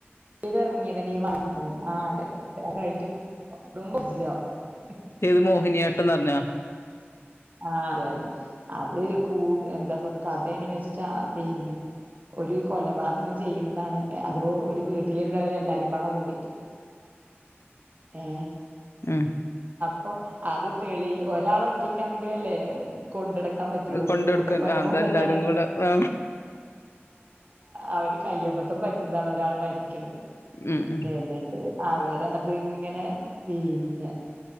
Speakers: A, on the right; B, on the left.
A: ഇത് ഇറങ്ങിയതന്നെ <unintelligible> ആ അതെതെ അത് കഴിഞ്ഞിട്ട് <unintelligible>
B: ഏത് മോഹിനിയാട്ടന്നറഞ്ഞാ
A: ആ അതെ അതെ അതേ കൂ എന്താപ്പൊ കഥ എങ്ങനേച്ചിട്ടാ പിന്നെ ഒരു കൊലപാതകം ചെയ്യ്ന്നതാണ് എ അതോ ഒരു വീട്ടില്ള്ളവരെല്ലാരുംപാടെ കൂടിട്ട് ഏ
B: ഉം
A: പൊ അത് തെളി ഒരാള് ഒറ്റയ് <unintelligible> ല്ലേ കൊണ്ടടക്കാൻ പറ്റുള്ളൂ
B: കൊണ്ടടുക്കൻ
A: ത് കൂട്ട കൊലപാതകാണ്
B: ആ അതെല്ലാരും കൂടെ ആ
A: അവര് കയ്യബദ്ധം പ എന്താണ് ഒരാള് മരിക്ക്ണ്ത്
B: ഉം ഉം
A: എന്നിട്ട് അവര് അത്ങ്ങനെ പിന്നെ